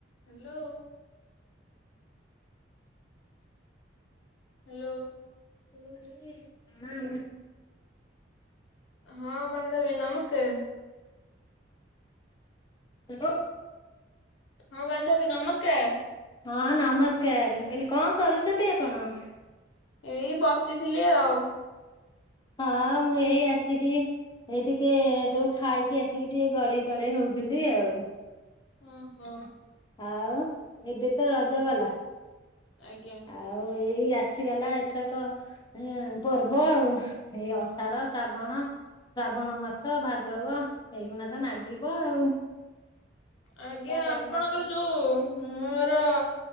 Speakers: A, on the left; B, on the left.
A: ହ୍ୟାଲୋ। ହ୍ୟାଲୋ।
B: ହୁଁ ହୁଁ।
A: ହଁ ବାନ୍ଧବୀ ନମସ୍କାର।
B: ହ୍ୟାଲୋ।
A: ହଁ ବାନ୍ଧବୀ ନମସ୍କାର।
B: ହଁ ନମସ୍କାର ମୁଁ କହିଲି କଣ କରୁଛନ୍ତି ଆପଣ?
A: ଏଇ ବସିଥିଲି ଆଉ
B: ହଁ ମୁଁ ଏଇ ଆସିକି ଏଇ ଟିକେ ଯୋଉ ଖାଇକି ଆସିକି ଟିକେ ଗଡେଇ ତଡେଇ ହଉଥିଲି ଆଉ।
A: ହୁଁ ହଁ।
B: ଆଉ ଏବେ ତ ରଜ ଗଲା
A: ଆଜ୍ଞା।
B: ଆଉ ଏଇ ଆସିଗଲା ଏଥରକ ଏ ପର୍ବ ଆଉ ଏଇ ଅସାର ଶ୍ରାବଣ ଶ୍ରାବଣ ମାସ ଭାଦ୍ରବ ଏଇଗୁଣା ତ ନାଗିବ ଆଉ
A: ଆଜ୍ଞା
B: ଓଷା ବାର
A: ଆପଣଙ୍କର
B: ବର୍ଷା।
A: ଯୋଉ ମୋର